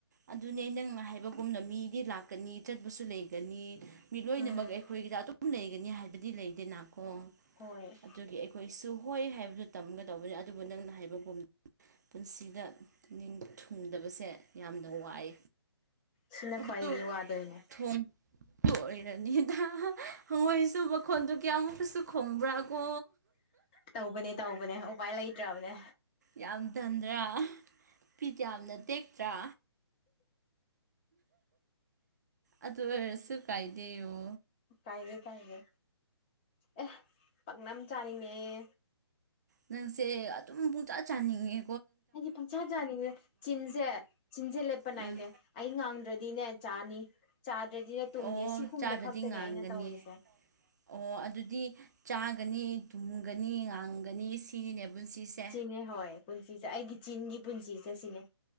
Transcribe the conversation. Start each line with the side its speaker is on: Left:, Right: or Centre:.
Right: ꯑꯗꯨꯅꯦ ꯅꯪꯅ ꯍꯥꯏꯕꯒꯨꯝꯅ ꯃꯤꯗꯤ ꯂꯥꯛꯀꯅꯤ ꯆꯠꯄꯁꯨ ꯂꯩꯒꯅꯤ ꯃꯤꯠ ꯂꯣꯏꯅꯃꯛ
Left: ꯎꯝ
Right: ꯑꯩꯈꯣꯏꯒꯤꯗ ꯑꯗꯨꯝ ꯂꯩꯒꯅꯤ ꯍꯥꯏꯕꯗꯤ ꯂꯩꯗꯦꯅꯀꯣ
Left: ꯍꯣꯏ
Right: ꯑꯗꯨꯒꯤ ꯑꯩꯈꯣꯏꯁꯨ ꯍꯣꯏ ꯍꯥꯏꯕꯗꯨ ꯇꯝꯒꯗꯧꯕꯅꯤ ꯑꯗꯨꯕꯨ ꯅꯪꯅ ꯍꯥꯏꯕꯒꯨꯝ ꯄꯨꯟꯁꯤꯗ ꯅꯤꯡ ꯊꯨꯡꯗꯕꯁꯦ ꯌꯥꯝꯅ ꯋꯥꯏ
Left: ꯁꯤꯅ
Right: ꯑꯗꯨ
Left: ꯈ꯭ꯋꯥꯏꯗꯒꯤ ꯋꯥꯗꯣꯏꯅꯦ
Right: ꯊꯣꯟ ꯇꯣꯏꯔꯅꯤꯗ ꯍꯪꯉꯣꯏꯁꯨ ꯃꯈꯣꯟꯗꯣ ꯀꯌꯥꯃꯨꯛꯀꯁꯨ ꯈꯣꯡꯕ꯭ꯔꯥ ꯀꯨ
Left: ꯇꯧꯕꯅꯦ ꯇꯧꯕꯅꯦ ꯎꯄꯥꯏ ꯂꯩꯇ꯭ꯔꯕꯅꯦ
Right: ꯌꯥꯝ ꯗꯟꯗ꯭ꯔꯥ ꯐꯤꯠ ꯌꯥꯝꯅ ꯇꯦꯛꯇ꯭ꯔꯥ ꯑꯗꯨ ꯑꯣꯏꯔꯁꯨ ꯀꯥꯏꯗꯦꯣ
Left: ꯀꯥꯏꯒꯦ ꯀꯥꯏꯒꯦ ꯑꯦ ꯄꯛꯅꯝ ꯆꯥꯅꯤꯡꯅꯦꯦ
Right: ꯅꯪꯁꯦ ꯑꯗꯨꯝ ꯄꯨꯡꯆꯥꯥ ꯆꯥꯅꯤꯡꯉꯦ
Left: ꯑꯩꯗꯤꯦ ꯄꯪꯆꯥꯥ ꯥꯅꯤꯁꯅꯦꯦ ꯆꯤꯟꯁꯦ ꯆꯤꯟꯁꯦ ꯂꯦꯞꯄ
Right: ꯎꯝ
Left: ꯅꯥꯏꯅꯦꯦ ꯑꯩ ꯉꯥꯡꯗ꯭ꯔꯗꯤꯅꯦ ꯆꯥꯅꯤ ꯆꯥꯗ꯭ꯔꯗꯤꯅꯦ ꯇꯨꯝꯅꯤ
Right: ꯑꯣ
Left: ꯁꯤ ꯍꯨꯝꯗ
Right: ꯆꯥꯗ꯭ꯔꯗꯤ
Left: ꯈꯛꯇꯅꯦ
Right: ꯉꯥꯡꯒꯅꯤ
Left: ꯑꯩꯅ ꯇꯧꯔꯤꯁꯦ
Right: ꯑꯣ ꯑꯗꯨꯗꯤ ꯆꯥꯒꯅꯤ ꯇꯨꯝꯒꯅꯤ ꯉꯥꯡꯒꯅꯤ ꯁꯤꯅꯤꯅꯦ ꯄꯨꯟꯁꯤꯁꯦ
Left: ꯏ ꯍꯣꯏ ꯄꯨꯟꯁꯤꯁꯦ ꯑꯩꯒꯤ ꯆꯤꯟꯒꯤ ꯄꯨꯟꯁꯤꯁꯦ ꯁꯤꯅꯦ